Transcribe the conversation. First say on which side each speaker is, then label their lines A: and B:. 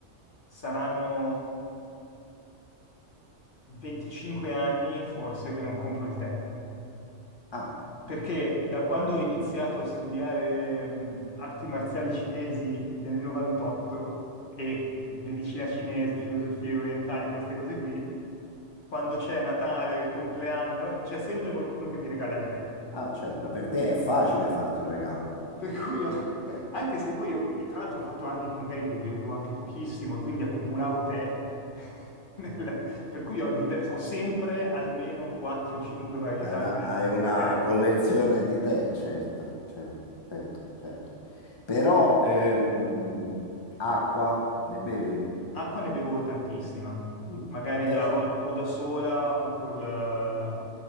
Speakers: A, on the left; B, on the left.
A: saranno 25 anni forse che non compro il tè,
B: Ah,
A: perché da quando ho iniziato a studiare mh, arti marziali cinesi nel 98 e medicina cinese, filosofie orientali, queste cose qui, quando c'è Natale, il compleanno, c'è sempre qualcuno che mi regala il tè.
B: ah, certo, per te è facile farti un regalo.
A: Per cui io,
B: Eh,
A: anche se poi io, e tra l'altro ho fatto anni che magari lo bevevo anche pochissimo e quindi accumulavo tè, <laughs> nel- per cui ho, diver- ho sempre almeno 4-5 varietà
B: Hai una,
A: diverse
B: hai una
A: di tè.
B: collezione di te, certo, certo, certo, certo. Però ehm, acqua ne bevi?
A: Acqua ne bevo tantissima,
B: Mm.
A: magari
B: Eh,
A: da,
B: eh,
A: vol- o da sola o, col, eh,